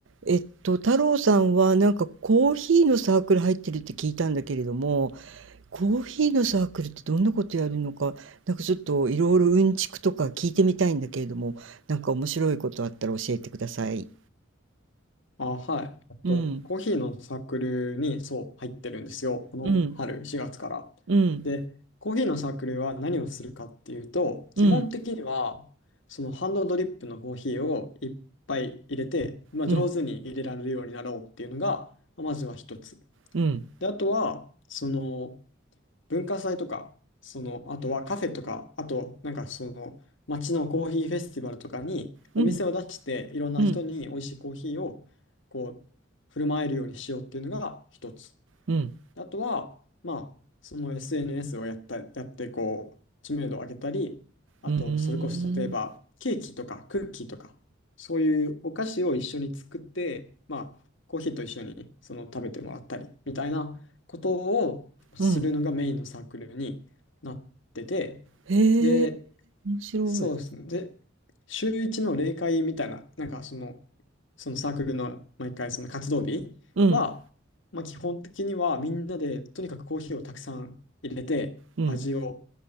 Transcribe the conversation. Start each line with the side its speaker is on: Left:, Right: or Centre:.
Right: えっと、太郎さんはなんかコーヒーのサークル入ってるって聞いたんだけれども、コーヒーのサークルってどんなことやるのか、なんかちょっといろいろうんちくとか聞いてみたいんだけれども、なんか面白いことあったら教えてください。
Left: あ、はい。えっと、
Right: うん、
Left: コーヒーのサークルに、そう、入ってるんですよ。この春、
Right: うん、
Left: 4月から。
Right: うん、
Left: で、コーヒーのサークルは何をするかっていうと、基本的には、
Right: うん、
Left: そのハンドドリップのコーヒーをいっぱい入れて、まあ、
Right: うん、
Left: 上手に入れられるようになろうっていうのが、まあまずは一つ。
Right: うん、
Left: で、あとは、その、文化祭とか、その、あとはカフェとか、あと、なんかその、街のコーヒーフェスティバルとかに、お店を出して、
Right: うん、
Left: いろんな人に美味しいコーヒーを、
Right: うん、
Left: こう、振る舞えるようにしようっていうのが一つ。
Right: うん、
Left: あとは、まあ、その SNS をやった、やって、こう、知名度を上げたり、あと、
Right: うーん、
Left: それこそ例えば、ケーキとかクッキーとか、そういうお菓子を一緒に作って、まあ、コーヒーと一緒にその食べてもらったり、みたいなことをするのがメインのサークルになってて、
Right: うん。へえ、
Left: で、
Right: 面白い。
Left: そうですね。で、週一の例会みたいな、なんかその、そのサークルの毎回その活動日は、
Right: うん、
Left: まあ、基本的にはみんなでとにかくコーヒーをたくさん入れて味を
Right: うん。